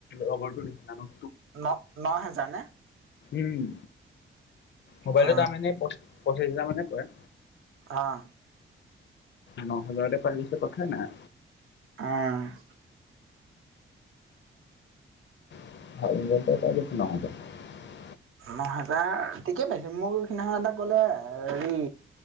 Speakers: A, on the left (about 60°); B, on the right (about 75°).
A: লগৰটোৰ নিচিনা ন
B: ন ন হেজাৰ নে
A: উম মোবাইলত
B: অ
A: তোৰ দাম এনে প পঁচিছ হাজাৰ মানে পৰে
B: অ',
A: ন হাজাৰতে পাই গৈছে কথাই নাই
B: অ'
A: <unintelligible>
B: ন হেজাৰ ঠিকে পাইছে মোৰ সিদিনাখন এটা ক'লে হেৰি